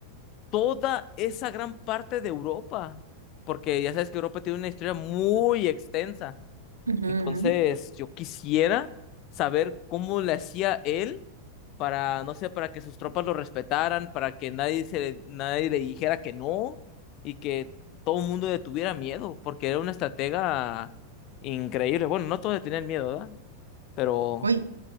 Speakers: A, on the left; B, on the right.
A: toda esa gran parte de Europa, porque ya sabes que Europa tiene una historia muy extensa.
B: ujú,
A: Entonces,
B: ujú.
A: yo quisiera saber cómo le hacía él para, no sé, para que sus tropas lo respetaran, para que nadie se, nadie le dijera que no y que todo el mundo le tuviera miedo, porque era una estratega increíble. Bueno, no todos le tenían miedo, ¿verdad? Pero,
B: Uy,